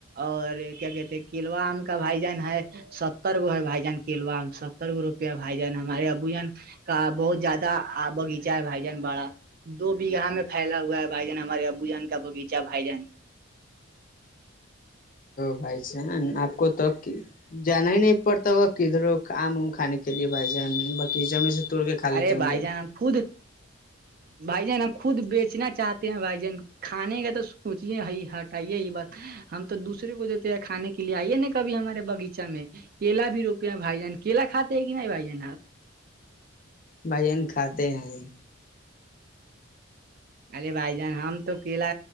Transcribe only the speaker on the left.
بھائی سے آپ کو تک کی جانا ہی نہیں پڑتا و کدھرو آم وم کھے کے لیے بھائی جان باقی جمے سے توڑ کے کھا لیتے
ہوں
گے
بہن کھاتے ہیں